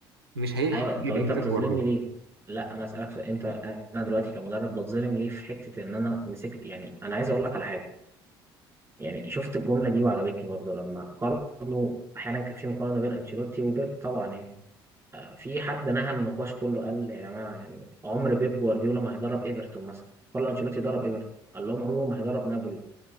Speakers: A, on the right; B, on the right.
A: مش هيلحق
B: ايوه
A: يجيب
B: طب انت
A: انجازات
B: بتظلمني
A: جوارديولا
B: ليه لا انا اسالك سؤال انت انا دلوقتي كمدرب بتظلم ليه في حته ان انا مسكت يعني انا عايز اقول لك على حاجه يعني شفت الجمله دي وعجبتني برضه لما قارنوا احيانا كان في مقارنه بين انشيلوتي وبيب طبعا يعني آه، في حد نهى النقاش كله قال يا جماعه يعني عمر بيب جوارديولا ما هيدرب ايفرتون مثلا كارلو انشيلوتي درب ايفرتون قال لهم عمره ما هيدرب نابولي